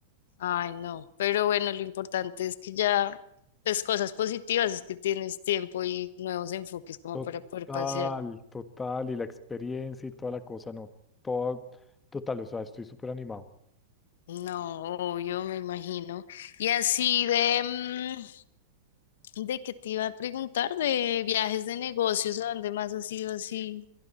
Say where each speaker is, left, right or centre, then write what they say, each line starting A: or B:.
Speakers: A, on the left; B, on the left.
A: Ay, no, pero bueno, lo importante es que ya, pues cosas positivas, es que tienes tiempo y nuevos enfoques como
B: Total,
A: para poder pasear.
B: total, y la experiencia y toda la cosa, no, todo, total, o sea, estoy súper animado.
A: No, obvio, me imagino. Y así de, mm, de qué te iba a preguntar, de viajes de negocios, ¿a dónde más has ido así?